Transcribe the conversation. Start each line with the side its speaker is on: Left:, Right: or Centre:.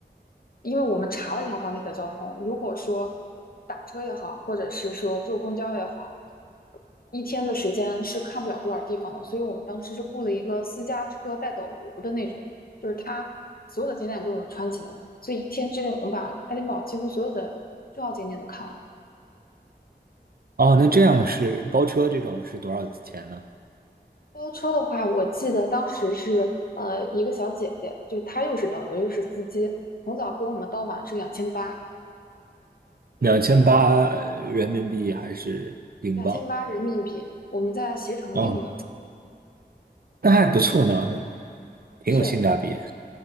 Left: 因为我们查了一下当地的交通，如果说打车也好，或者是说坐公交也好，一天的时间是看不了多少地方的，所以我们当时是雇了一个私家车带导游的那种，就是他所有的景点给我们串起来，所以一天之内我们把爱丁堡几乎所有的重要景点都看完了。
Right: 哦，那这样是包车这种是多少钱呢？
Left: 包车的话，我记得当时是呃一个小姐姐，就是她又是导游又是司机，从早跟我们到晚是两千八，
Right: 两千八人民币还是英镑？
Left: 两千八人民币，我们在携程订的。
Right: 哦，那还不错呢，挺有性价比。
Left: 是